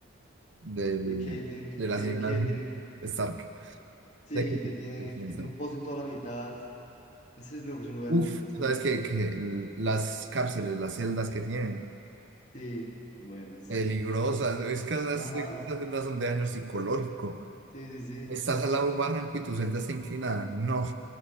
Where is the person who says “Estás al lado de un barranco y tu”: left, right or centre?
Right